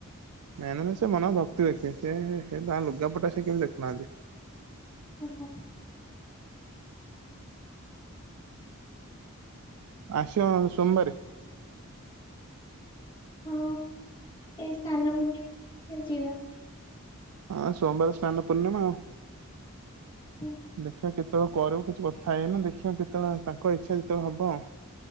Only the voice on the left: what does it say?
ହଁ ହଁ।
ହଁ ଏଇ ସାନ ପୂର୍ଣ୍ଣିମାକୁ ଦେଖିବା ଯିବା।
ହୁଁ